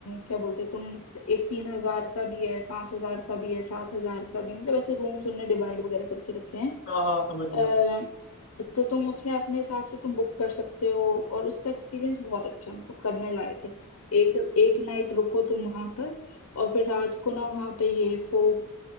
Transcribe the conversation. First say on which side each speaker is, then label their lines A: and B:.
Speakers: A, on the left (about 80°); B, on the left (about 50°).
A: क्या बोलते हैं तुम एक तीन हजार का भी है पांच हजार का भी है सात हजार का भी मतलब ऐसे रूम्स उनने डिवाइड वगैरह करके रखे हैं
B: हाँ हाँ समझ गया
A: अ, तो तुम उसमें अपने हिसाब से तुम बुक कर सकते हो और उसका एक्सपीरियंस बहुत अच्छा है मतलब करने लायक है एक एक नाइट रुको तुम वहां पर और फिर रात को ना वहां पे ये फोक